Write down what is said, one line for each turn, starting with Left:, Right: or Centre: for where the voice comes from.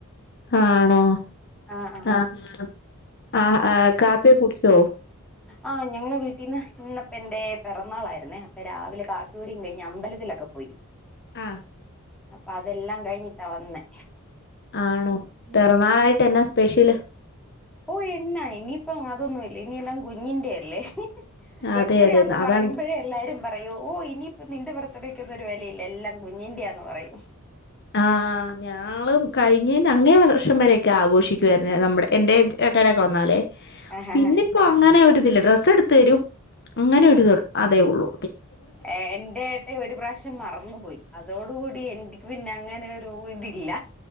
Left: ആണോ
Centre: ആ ആ
Left: ആഹ് ആഹ് ആഹ് ആഹ് കാപ്പിയോകുടിച്ചോ
Centre: ആഹ് ഞങ്ങളെ വീട്ടീന്ന് ഇന്നപ്പ എന്റെ പിറന്നാളാ ന്നേ അപ്പ രാവിലെ കാപ്പികുടിയും കഴിഞ്ഞ് അമ്പലത്തിലൊക്കെ പോയി
Left: ആഹ്
Centre: അപ്പ അതെല്ലാം കഴിഞ്ഞിട്ടാ വന്നേ
Left: ആണോ
Centre: ഉം
Left: പെറാന്നാളായിട്ട് എന്നാ സ്പെഷ്യല്
Centre: ഓഹ് എന്നാ ഇനിയിപ്പം അതൊന്നുല്ല ഇനി എല്ലാം കുഞ്ഞിന്റെ അല്ലേ ബെർത്ത്ഡേന്ന്
Left: അതെ അതെ അതാ
Centre: പറയുമ്പോഴേ എല്ലാരും പറയും ഓയിനിയിപ്പ നിന്റെ ബേർത്ത്ഡേക്കോന്ന് ഒരു വേലെയില്ല. എല്ലാം കുഞ്ഞിന്റെയാന്ന് പറയും.
Left: ആഹ് ഞാളും കഴിഞ്ഞേന്റെ അങ്ങേവർഷം വരെയൊക്കെ ആഘോഷിക്കുവാര്ന്നേ. നമ്മടെ എൻ്റെ ഏട്ടാടെക്കെവന്നാലേ.
Centre: ആഹ്
Left: പിന്നിപ്പ അങ്ങനെ ഒരിതില്ല. ഡ്രസ്സേടുത്ത് തരും അങ്ങനെരിത് അതേ ഒള്ളൂ.
Centre: ഏഹ് എന്റെ ഏഹ് ഒരു പ്രാശ്യം മറന്നുപോയി. അതോട് കൂടി എനിക്ക് പിന്നെ അങ്ങനെ ഒരു ഇതില്ല.